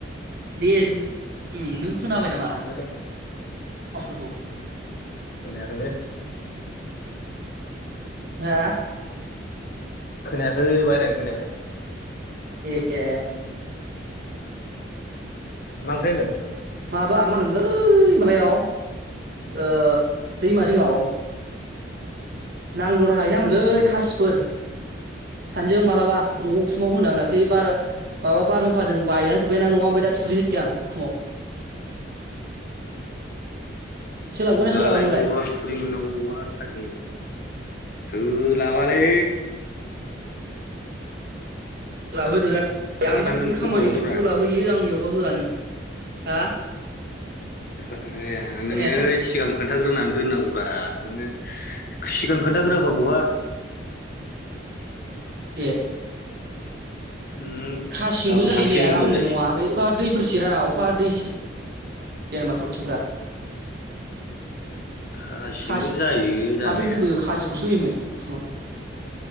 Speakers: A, on the right; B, on the left.
A: दे नों खोनाबाय नामा फासफोरखौ
B: होदाव खोनायाखैलै
A: हा
B: खोनायाखै बायहारानि खोनायाखै
A: ए
B: मा ओंख्रि होनदों
A: माबा मा होनोमलै माबायाव ओ दैमा जिङाव नांगो द खाहैनांलै
B: होनदों?
A: खासिफोर सानैजों मालाबा न'आव खौ हानदों आं दाख्लै बार मा बारहुंखाजों बायलांजोब्बाय ना न'आ ओफ्राय दा थुरिनोसै आं उखुमाव सोलाबगोन ना
B: दालाय
A: सोलाबा नोंलाय?
B: बहा थुरि मोननांगौ बहा समान सोलाबालै
A: जोंनाबो
B: माला
A: आंबा
B: थांगोन
A: नोंनि खामानियाव
B: खबर हरदोब्रा
A: सोलाब होयो आंनियावबा होआ नों हा
B: हेल' आया
A: खोनायासै
B: नोङो
A: आं
B: सिगां खोन्थाग्रोनानै दोननांगौब्रा नोङो <unintelligible> सिगां
A: उम
B: खोन्थाग्रोआबा
A: उम उम
B: बहा
A: ए
B: उम
A: खासिजोंबो
B: गाबोन
A: जायोलै
B: थांसै
A: ने आराम
B: होनबा
A: ने
B: जायो
A: नआ बे अखा दैफोर सिरियाना अखा दैसे जेनबा थरथिंफ्रा
B: खासिजोंबो
A: खासि
B: जायो जानाया
A: माथो गोदो खासिखौसो होयोमोन उखुमा